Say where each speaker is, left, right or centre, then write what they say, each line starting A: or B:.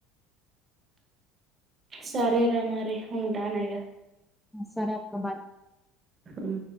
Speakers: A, on the right; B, in the centre.
A: సరే రా మరి ఉంటానిగ
B: సరే అక్క బాయ్
A: మ్